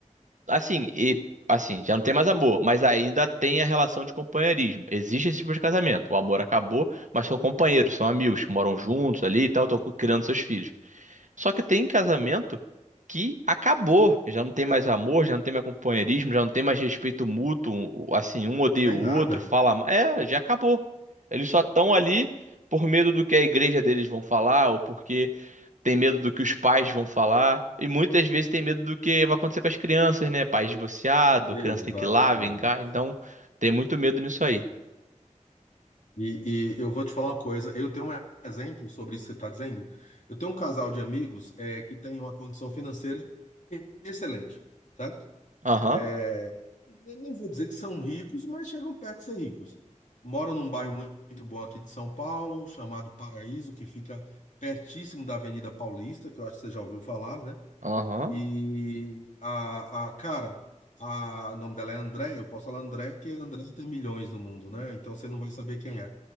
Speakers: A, on the right (about 70°); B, on the left (about 70°).
A: Assim, e assim, já não tem mais amor, mas ainda tem a relação de companheirismo. Existe esse tipo de casamento. O amor acabou, mas são companheiros, são amigos, moram juntos ali e tal, estão criando seus filhos. Só que tem casamento que acabou, já não tem mais amor, já não tem mais companheirismo, já não tem mais respeito mútuo, assim, um odeia
B: Não tem
A: o outro,
B: nada.
A: fala, ma- é, já acabou. Eles só estão ali por medo do que a igreja deles vão falar ou porque tem medo do que os pais vão falar, e muitas vezes tem medo do que vai acontecer com as crianças, né? Pais divorciados,
B: Exatamente.
A: criança tem que ir lá, vem cá, então tem muito medo nisso aí.
B: E, e eu vou te falar uma coisa, eu tenho um exemplo sobre isso que você está dizendo. Eu tenho um casal de amigos é, que tem uma condição financeira excelente, certo?
A: Aham,
B: É, eu não vou dizer que são ricos, mas chegam perto de ser ricos. Moram num bairro mu- muito bom aqui de São Paulo, chamado Paraíso, que fica pertíssimo da Avenida Paulista, que eu acho que você já ouviu falar, né?
A: aham,
B: E a, a cara, a, o nome dela é André, eu posso falar André porque André tem milhões no mundo, né? Então você não vai saber quem é.